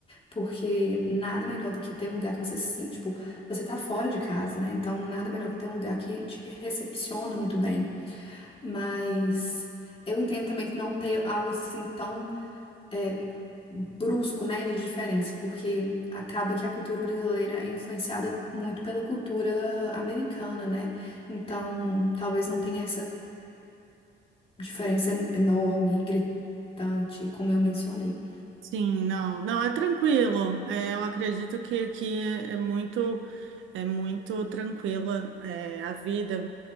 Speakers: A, on the left; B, on the right.
A: Porque nada melhor do que ter um lugar que você se sente, tipo, você tá fora de casa, né? Então, nada melhor que ter um lugar que te recepciona muito bem. Mas eu entendo também que não ter algo assim tão é, brusco, né, de diferença, porque acaba que a cultura brasileira é influenciada muito pela cultura americana, né? Então, talvez não tenha essa diferença enorme, gritante, como eu mencionei.
B: Sim, não, não, é tranquilo. É, eu acredito que aqui é, é muito, é muito tranquila, é, a vida,